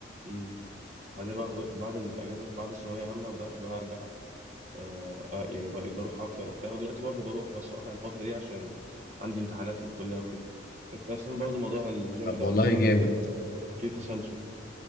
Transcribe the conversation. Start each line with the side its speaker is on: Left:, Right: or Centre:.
Right: امم بعديها بقى بعد الأجازة بعد الثانوية عامة بدأت بقى أرجع آه آه، يعني بقيت بروح اكتر وبتاع ودلوقتي برضه بروح بس قاطع الفتره دي عشان عندي امتحانات في الكليه وكده انت اصلا برضه موضوع الجيم
Left: طب
Right: ده
Left: والله
Right: بدأ معاك
Left: جامد
Right: من امتى كده يعني احكي لي تسلسل